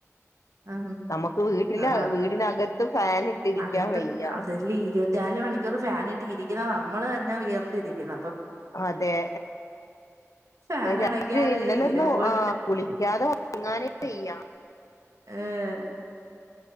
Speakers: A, on the right; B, on the left.
A: ആ
B: നമുക്ക് വീട്ടില്
A: അതാ
B: വീടിനകത്ത് ഫാൻ ഇട്ടിരിക്കാൻ
A: അകത്ത്
B: വയ്യ
A: അതെല്ലി ഇരുപത്തിനാല് മണിക്കൂർ ഫാൻ ഇട്ട് ഇരി ക്കുന്ന നമ്മള് തന്നെ വിയർത്തിരിക്കണം
B: അതെ
A: ഫാൻ
B: രാത്രി
A: അണയ്ക്കാറേ
B: ഇന്നലെയൊന്നും
A: ഇല്ല ഫുൾ
B: ആ കുളിക്കാതെ ഒറങ്ങാനെ വയ്യ
A: <unintelligible>